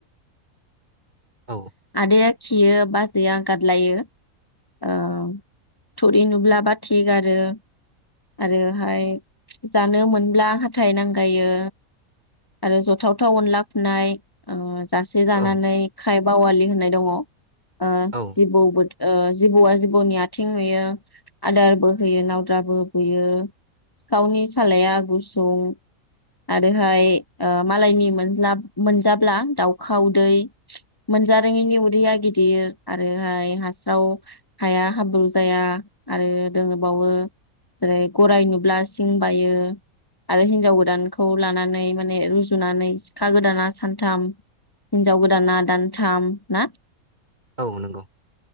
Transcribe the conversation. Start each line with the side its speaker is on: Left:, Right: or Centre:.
Right: औ
Left: आदाया खियो बाजैया गादलायनो ओ थुरि नुब्ला बाथि गारो आरो हाय जानो मोनब्ला हाथाय नांगायो आरो जथाव थाव अनला खुनाय अ जासे जानानै
Right: औ
Left: खाइ बावालि होननाय दङ। आ
Right: औ
Left: जिबौ ओ जिबौआ जिबौनि आथिं नुयो आदारबो होयो नावद्राबो बुयो सिखावनि सालाया गुसुं आरोहाय ओ मालायनि <unintelligible> मोनजाब्ला दावखा उदै। मोनजारोङिनि उदैया गिदिर आरोहाय हास्राव हाया हाब्रु जाया। आरो दं बावो जेरै गराय नुब्ला सिं सिं बायो आरो हिनजाव गोदानखौ लानानै माने रुजुनानै सिखा गोदाना सानथाम हिनजाव गोदाना दानथाम ना।
Right: औ नंगौ।